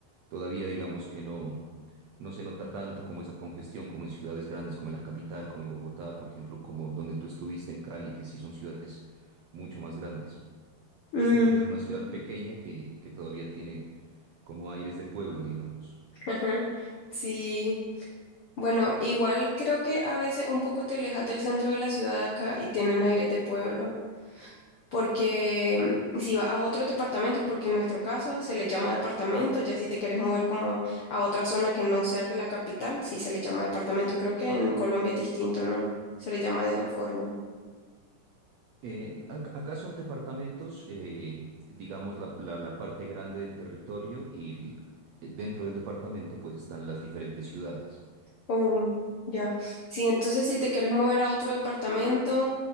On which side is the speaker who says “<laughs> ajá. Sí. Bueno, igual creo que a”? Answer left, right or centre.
Left